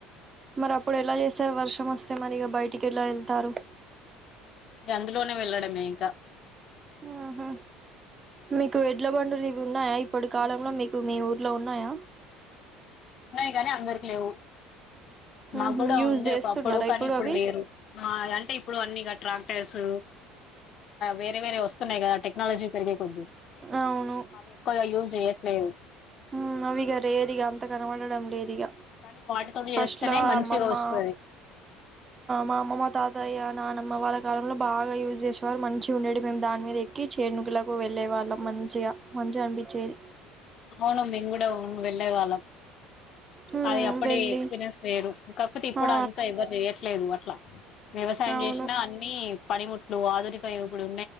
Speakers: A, on the right (about 25°); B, on the left (about 45°).
A: మరి అప్పుడు ఎలా చేస్తారు వర్షమొస్ తే మరిగ బైటికెలా ఎళ్తారు
B: ఇగ అందులోనే వెళ్ళడమే ఇంక
A: ఆహా మీకు ఎడ్ల బండు లివు ఉన్నాయా ఇప్పుడు కాలంలో మీకు మీ ఊర్లో ఉన్నాయా
B: ఉన్నాయి. గానీ అందరికి లేవు. మా
A: మ్మ్
B: కూడా
A: యూజ్
B: ఉండే
A: చేస్తున్నారా
B: ఒక అప్పుడు కానీ ఇప్పుడు
A: అవి
B: లేరు. మా అంటే ఇప్పుడు అన్నిగా ట్రాన్ టక్టర్స్ వేరే వేరే వస్తున్నాయి. కదా టెక్నాలజీ పెరిగే కొద్ది
A: అవును
B: అవి ఎక్కువగా యూస్ చేయార్ లేను
A: ఉ అవి ఇగ రేర్ అంత కనబడడం. లేదు ఇగ
B: కానీ వాటితోటి
A: ఫస్ట్
B: చేస్తేనే
A: లో
B: మంచిగా
A: అమ్మమ్మా
B: వస్తది
A: మా అమ్మమ్మా తాతయ్య నానమ్మ వాళ్ళ కాలంలో బాగా యూజ్ చేసేవారు మంచిగా ఉండేడు మేము దాని మీద ఎక్కి చేనుగిలకు వెళ్ళే వాళ్ళం మంచిగా మంచిగా అన్పిచ్చేది
B: అవును మేం గూడా ఔను వెళ్ళేవాళ్ళం
A: మ్మ్
B: అది అప్పడి
A: వెళ్ళి
B: ఎక్స్పీరియన్స్ వేరు కాకపోతే ఇప్పుడు
A: ఆ
B: అంతా ఎవ్వరు చెయ్యట్లేదు అట్లా వ్యవసాయం
A: అవును
B: చేసినా అన్ని పనిముట్లు ఆధునిక యువకుడు